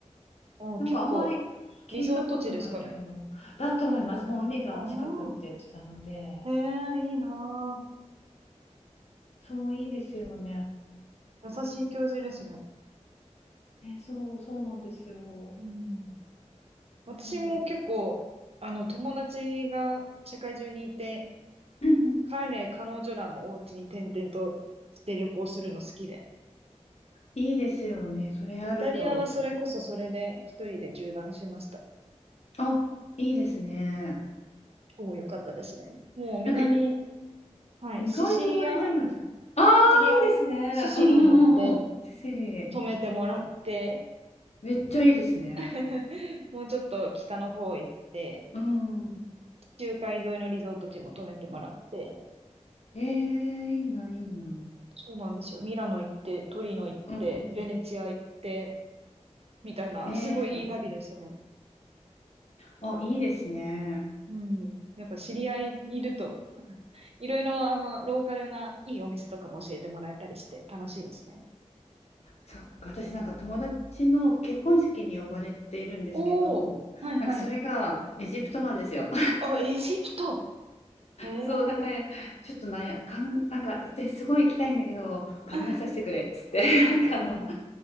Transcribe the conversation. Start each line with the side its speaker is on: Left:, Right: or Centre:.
Right: おー、
Left: なんかあんまり聞いたことない系の。
Right: 結構、リゾート地ですかね。
Left: だと思います。もう海が近くって言ってたので。
Right: おー、へえ、いいなー。
Left: そう、いいですよね。
Right: 優しい教授ですね。
Left: ね、そう、そうなんですよ。
Right: うん。私も結構、
Left: なんか、
Right: あの、友達が社会中にいて、
Left: うんうん
Right: 彼、彼女らのお家に転々として旅行するの好きで。
Left: いいですよね。それあると。
Right: イタリアはそれこそそれで一人で縦断しました。
Left: あ、いいですね。
Right: おお、よかったですね。もう南、
Left: なんか
Right: はい、
Left: 意外とあれじゃないですか。
Right: シシリア
Left: ああ、
Right: シチリア、
Left: いいですね。
Right: シシリーに行って
Left: うんうんうんうん。セセリ。
Right: 泊めてもらって、
Left: めっちゃいいですね。
Right: <laughs> もうちょっと北の方行って、
Left: うん。
Right: 地中海沿いのリゾート地も泊めてもらって、
Left: ええ、いいな、いいな。う
Right: そうなんですよ。ミラノ行って、トリノ行って、
Left: ん。
Right: ベネチア行って、みたいな、
Left: ねえ。
Right: すごいいい旅でしたね。
Left: あ、いいですね。
Right: うん。やっぱ知り合いいると、<laughs> いろいろあの、ローカルないいお店とかも教えてもらえたりして楽しいですね。
Left: そっか、私なんか友達の結婚式に呼ばれているんですけど、
Right: おお、はいはい。
Left: なんかそれがエジプトなんですよ。
Right: あ、エジプト。へえ。
Left: そう、だから、ちょっとなんや、かん、なんか、ですごい行きたいんだけど、考えさせてくれっつって
Right: <laughs>
Left: <laughs>、なんかあの、